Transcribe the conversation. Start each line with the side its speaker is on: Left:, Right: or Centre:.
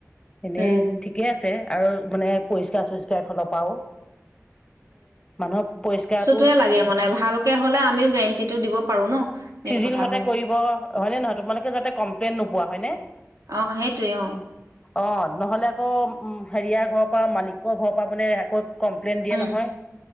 Left: এনেই
Right: উম
Left: ঠিকে আছে। আৰু মানে পৰিষ্কাৰ চৰিষ্কাৰ ফালৰ পৰাও, মানুহক পৰিষ্কাৰ-
Right: তোয়ে লাগে মানে ভালকে হ'লে আমিও গেৰেণ্টি টো দিব পাৰো ন। মেইন
Left: চিজিল
Right: কথা
Left: মতে
Right: হ'ল
Left: কৰিব হয়নে নহয়, তোমালোকে যাতে কমপ্লেইন নোপোৱা হয় নে।
Right: আহ সেইটোৱে অ।
Left: অ, নহলে আকৌ উম হেৰিয়াৰ ঘৰৰ পৰা মালিকৰ ঘৰৰ পৰা মানে আকৌ কমপ্লেইন দিয়ে
Right: উম!
Left: নহয়